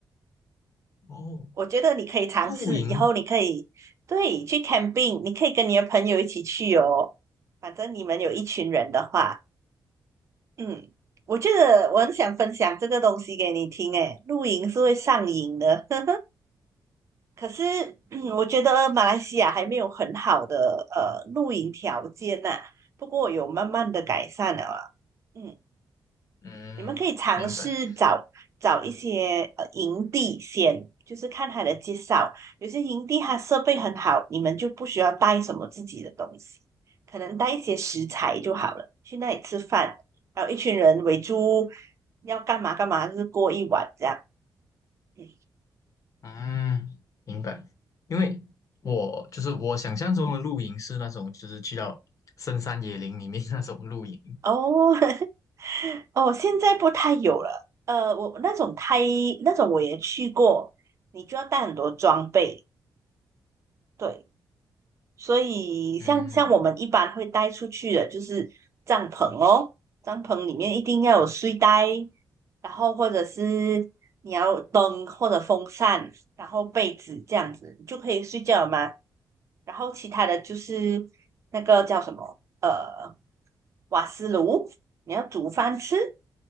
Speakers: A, on the left; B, on the right.
A: 哦
B: 我觉得你可以尝试，
A: 露营？
B: 以后你可以对去 camping，你可以跟你的朋友一起去哦。反正你们有一群人的话，嗯，我觉得我很想分享这个东西给你听。诶，露营是会上瘾的，<laughs> 可是嗯我觉得马来西亚还没有很好的呃露营条件呐、不过有慢慢的改善了啊嗯。
A: 嗯，
B: 你们可以尝试找找一些呃营地先，
A: 明白。
B: 就是看他的介绍。有些营地它设备很好，你们就不需要带什么自己的东西，可能带一些食材就好了。去那里吃饭，然后一群人围住，要干嘛干嘛，就是过一晚这样。嗯
A: 嗯，明白。因为我就是我想象中的露营是那种，就是去到深山野林里面 <laughs> 那种露营。
B: 哦 <laughs> 哦，现在不太有了。呃，我那种太那种我也去过，你就要带很多装备。对，所以像像我们一般会带出去的，
A: 嗯
B: 就是帐篷哦，帐篷里面一定要有睡袋，然后或者是你要灯或者风扇，然后被子这样子，你就可以睡觉了嘛。然后其他的就是那个叫什么，呃，瓦斯炉，你要煮饭吃，